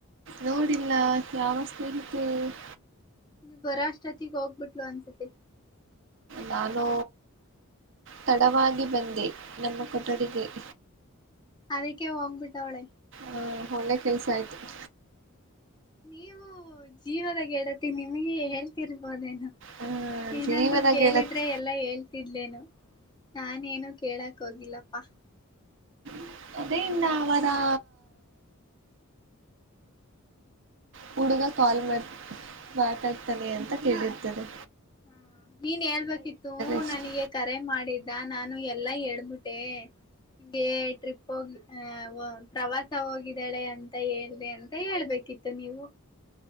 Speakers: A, on the right; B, on the left.
A: ನೋಡಿಲ್ಲ ಯಾವ ಸ್ನೇಹಿತರು. <inaudible>
B: ನೀವ್ ಬರೋ ಅಷ್ಟೊತ್ತಿಗೆ ಹೋಗ್ಬಿಟ್ಲು ಅನ್ಸುತ್ತೆ.
A: ನಾನು ತಡವಾಗಿ ಬಂದೆ. <inaudible> ನಮ್ಮ. <unintelligible>
B: ಅದಕ್ಕೆ ಹೋಗ್ಬಿಟ್ಟವ್ಳೆ.
A: ಹ್ಮ್ ಒಳ್ಳೆ ಕೆಲ್ಸ ಆಯ್ತು. <inaudible>
B: ನೀವು ಜೀವದ ಗೆಳತಿ ನಿಮಗೆ ಹೇಳ್ತಿರ್ಬೋದೇನೊ.
A: ಹ
B: ಏನಾದೂ
A: ಜೀವನ
B: ಕೇಳಿದ್ರೆ
A: ಗೆಳತಿ
B: ಎಲ್ಲಾ ಹೇಳ್ತಿದ್ಲೇನು ನಾನ ಏನು ಕೇಳಲ್ಲ. ಹೋಗಿಲ್ಲಪ್ಪಾ.
A: <unintelligible> ಇಲ್ಲ ಅವರಾ. ಹುಡುಗ ಕಾಲ್ ಮಾಡ ಮಾತಾಡ್ತಾನೆ ಅಂತ ಕೇಳಿರ್ತದೆ.
B: ಹ ನೀನ್ ಹೇಳ್ಬೇಕಿತ್ತು
A: ಅಷ್ಟೆ
B: ನನಗೆ ಕರೆ ಮಾಡಿದ್ದ ನಾನು. ಎಲ್ಲಾ ಎಡ್ಬಿಟ್ಟೆ. ಹಿಂಗೆ ಟ್ರಿಪ್ ಹೋಗಿ ಪ್ರವಾಸ ಹೋಗಿದ್ದಾಳೆ ಅಂತ ಹೇಳಿ. <unintelligible> ಹೇಳ್ಬೇಕಿತ್ತು ನೀವು.